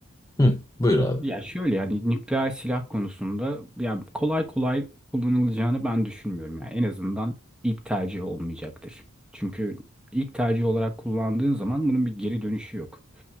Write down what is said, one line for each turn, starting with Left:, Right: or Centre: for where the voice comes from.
Left: hı, buyur abi.
Centre: ya şöyle yani nükleer silah konusunda yani kolay kolay kullanılacağını ben düşünmüyorum. Yani en azından ilk tercih olmayacaktır. Çünkü ilk tercih olarak kullandığın zaman bunun bir geri dönüşü yok.